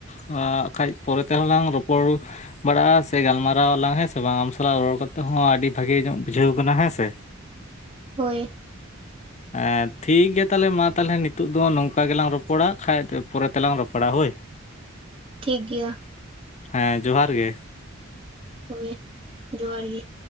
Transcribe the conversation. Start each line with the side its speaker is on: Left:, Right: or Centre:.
Left: ᱦᱟᱸᱜ ᱠᱷᱟᱡ ᱯᱚᱨᱮ ᱛᱮ ᱦᱟᱸᱜ ᱞᱟᱝ ᱨᱚᱯᱚᱲ, ᱵᱟᱲᱟᱜ-ᱟ ᱥᱮ ᱜᱟᱞᱢᱟᱨᱟᱣ ᱟᱞᱟᱝ ᱦᱮᱸ ᱥᱮ ᱵᱟᱝ ᱟᱢ ᱥᱟᱞᱟᱜ ᱨᱚᱲ ᱠᱟᱛᱮ ᱦᱚᱸ ᱟᱹᱰᱤ ᱵᱷᱟᱜᱮ ᱧᱚᱜ ᱵᱩᱡᱷᱟᱹᱣ ᱠᱟᱱᱟ ᱦᱮᱸ ᱥᱮ, <inaudible>
Right: ᱦᱳᱭ᱾
Left: <inaudible> ᱮ ᱴᱷᱤᱠ ᱜᱮᱭᱟ ᱛᱟᱦᱚᱞᱮ ᱢᱟ ᱛᱟᱦᱚᱞᱮ ᱱᱤᱛᱳᱜ ᱫᱚ ᱱᱚᱝᱠᱟ ᱜᱮᱞᱟᱝ ᱨᱚᱯᱚᱲᱟ ᱠᱷᱟᱡ ᱯᱚᱨᱮ ᱛᱮᱞᱟᱝ ᱨᱚᱯᱚᱲᱟ ᱦᱳᱭ᱾
Right: ᱴᱷᱤᱠ ᱜᱮᱭᱟ᱾
Left: ᱦᱮᱸ ᱡᱚᱦᱟᱨ ᱜᱮ,
Right: ᱦᱳᱭ ᱡᱚᱦᱟᱨ ᱜᱮ,